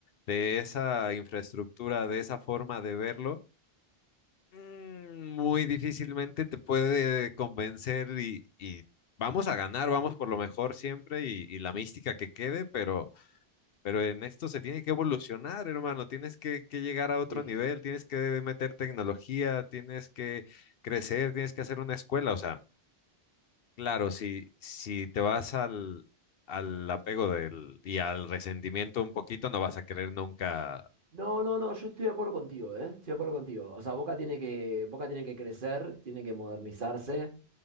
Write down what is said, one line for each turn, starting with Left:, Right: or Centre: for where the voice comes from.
Left: de esa infraestructura, de esa forma de verlo, Mm, Muy difícilmente te puede convencer y, y vamos a ganar, vamos por lo mejor siempre y, y la mística que quede, pero, pero en esto se tiene que evolucionar, hermano, tienes que, que llegar a otro
Right: sí.
Left: nivel, tienes que meter tecnología, tienes que crecer, tienes que hacer una escuela, o sea, claro, si, si te vas al, al apego del, y al resentimiento un poquito, no vas a querer nunca.
Right: No, no, no, yo estoy de acuerdo contigo, ¿eh? Estoy de acuerdo contigo. O sea, Boca tiene que, Boca tiene que crecer, tiene que modernizarse